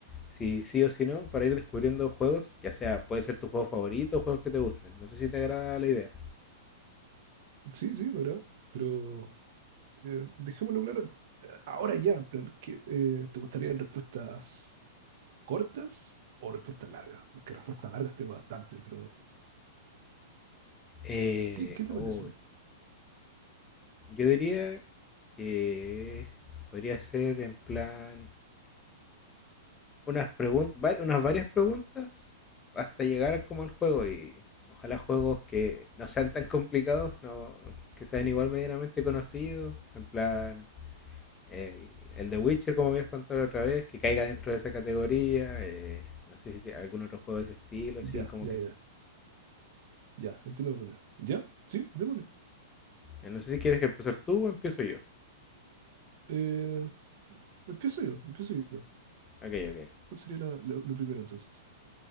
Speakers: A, on the left; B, on the right.
A: si sí o si no, para ir descubriendo juegos, ya sea, puede ser tu juego favorito o juegos que te gusten. No sé si te agrada la idea.
B: sí, sí, ¿verdad? Pero eh, dejémoslo claro ahora ya, en plan, ¿qué, eh, ¿te gustarían respuestas cortas o respuestas largas? Porque respuestas largas tengo bastante, pero
A: Eh,
B: ¿qué, qué te
A: oh,
B: apetece a ti?
A: yo diría que podría ser en plan... unas, preguntas unas varias preguntas hasta llegar como al juego y ojalá juegos que no sean tan complicados, no, que sean igual medianamente conocidos, en plan el, el The Witcher como habías contado la otra vez, que caiga dentro de esa categoría, eh, no sé si tiene algún otro juego de ese estilo, así
B: Ya,
A: como
B: ya,
A: que...
B: ya, ya, entiendo por dónde ¿Ya? Sí, démosle.
A: eh, No sé si quieres que empezar tú o empiezo yo.
B: Eh, empiezo yo, empiezo yo.
A: Ok, ok.
B: ¿Cuál sería la- lo, lo primero entonces?